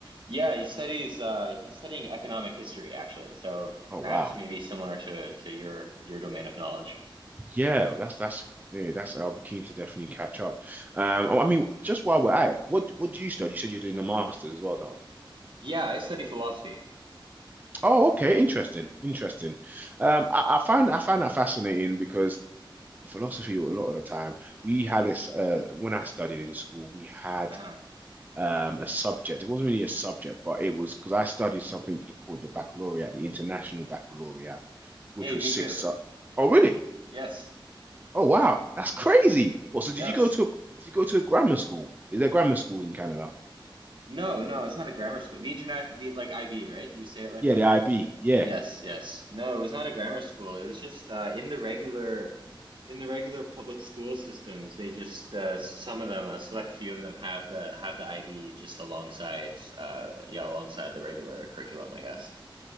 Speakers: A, on the right; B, on the right.
A: yeah. He studies. Uh, he's studying economic history actually. So
B: Oh wow.
A: perhaps maybe similar to to your your domain of knowledge.
B: Yeah, that's that's yeah, that's I'll be keen to definitely catch up. Um I I mean just while we're at it, what what do you study? You said you're doing a master's as well, Don.
A: Yeah, I study philosophy.
B: Oh, okay, interesting, interesting. Um, I, I find I find that fascinating because philosophy a lot of the time. We had this uh, when I studied in school, we had
A: Uh-huh.
B: um, a subject. It wasn't really a subject, but it was because I studied something called the baccalaureate, the International Baccalaureate, which
A: Hey,
B: was
A: me
B: six
A: too.
B: sub. Oh, really?
A: Yes.
B: Oh, wow, that's crazy. Well, so
A: Yes.
B: did you go to a, did you go to a grammar school? Is there grammar schools in Canada?
A: No, no, it's not a grammar school. The international, the like IB, right? Do you say it like
B: Yeah,
A: that?
B: the IB. Yeah,
A: Yes, yes. No, it was not a grammar school. It was just uh, in the regular, in the regular public school systems. They just uh, some of them, a select few of them have the have the IB just alongside, uh, yeah, alongside the regular curriculum, I guess.